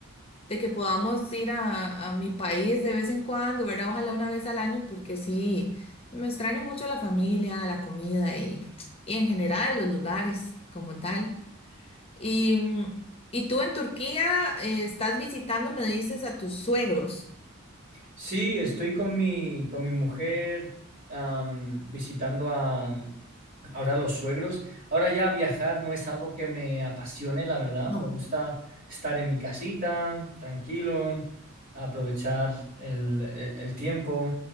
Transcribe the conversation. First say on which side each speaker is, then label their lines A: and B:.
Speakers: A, on the left (about 25°); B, on the right (about 40°).
A: de que podamos ir a, a mi país de vez en cuando, ¿verdad? Ojalá una vez al año, porque sí, me extraño mucho la familia, la comida y, y en general los lugares como tal. Y, mm, y tú en Turquía eh, estás visitando, me dices, a tus suegros.
B: Sí, estoy con mi, con mi mujer am, visitando a, Ahora los suegros. Ahora ya viajar no es algo que me apasione, la verdad.
A: No.
B: Me gusta estar en mi casita, tranquilo, aprovechar el, el- el tiempo.